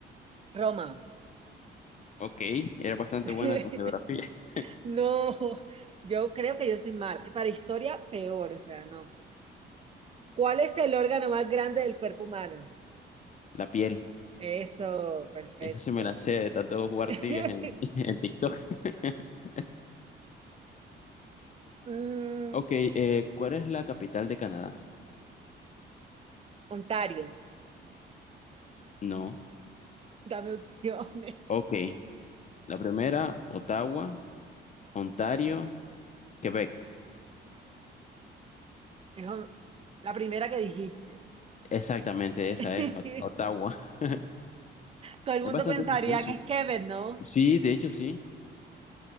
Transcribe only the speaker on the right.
Roma.
<laughs>
No, yo creo que yo soy mala. Y Para historia, peor, o sea, no. ¿Cuál es el órgano más grande del cuerpo humano?
Eso, perfecto.
<laughs>
Mm,
Ontario,
dame opciones.
Es on- la primera que dijiste.
<laughs>
Todo el
mundo
pensaría
que es Kevin, ¿no?